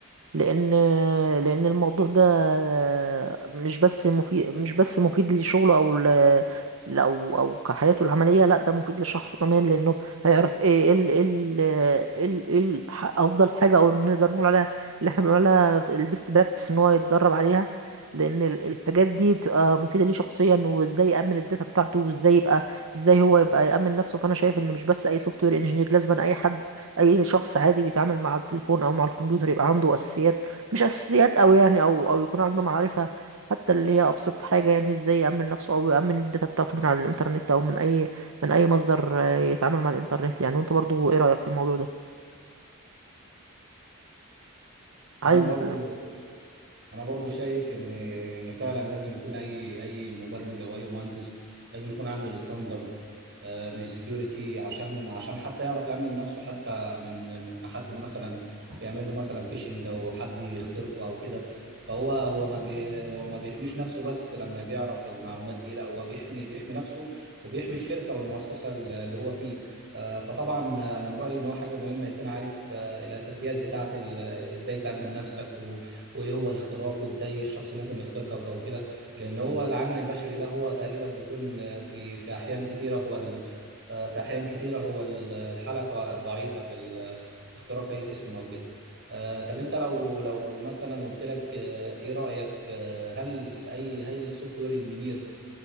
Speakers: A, on the right (about 80°); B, on the right (about 55°).
A: لأن آه، لأن الموضوع ده آه، مش بس مفيد مش بس مفيد لشغله أو ل... ل- أو أو كحياته العملية لا ده مفيد لشخصه كمان لأنه هيعرف إيه إيه ال إيه ال إيه ال إيه ال أفضل حاجة أو نقدر نقول عليها اللي إحنا بنقول عليها البيست براكتس إن هو يتدرب عليها لأن ال- الحاجات دي بتبقى مفيدة ليه شخصيا وإزاي يأمن الداتا بتاعته وإزاي يبقى إزاي هو يبقى يأمن نفسه فأنا شايف إن مش بس أي سوفت وير إنجينير لازم أي حد اي شخص عادي بيتعامل مع التليفون او مع الكمبيوتر يبقى عنده اساسيات مش اساسيات أوي يعني او او يكون عنده معرفة حتى اللي هي ابسط حاجة يعني ازاي يأمن نفسه او يأمن الداتا بتاعته من على الانترنت او من اي من اي مصدر آه، يتعامل مع الانترنت يعني وانت برضو ايه رأيك في الموضوع ده عايز
B: انا برضو انا برضو شايف ان ان فعلا لازم يكون اي اي مبرمج او اي مهندس لازم يكون عنده الستاندرد آه، من السكيورتي عشان عشان حتى يعرف يأمن نفسه حتى من من حد مثلا يعمل له مثلا فيشنج او حد يخترقه او كده فهو هو ما بي هو ما بيحميش نفسه بس لما بيعرف المعلومات دي لا هو بيحمي بيحمي نفسه وبيحمي الشركة والمؤسسة اللي هو فيه آه، فطبعا انا من رأيي ان هو حاجة مهمة يكون عارف آه، الاساسيات بتاعة ال ازاي تأمن نفسك و... وايه هو الاختراق وازاي الشخص ممكن يخترقك او كده لان هو العامل البشري ده هو تقريبا بيكون في في احيان كتيره هو ال... في احيان كتيره هو ال- الحلقه الضعيفه في ال... في اختراق اي سيستم او كده آه، طب انت لو لو مثلا قلت لك آه، ايه رايك آه، هل اي هل السوفت وير انجينير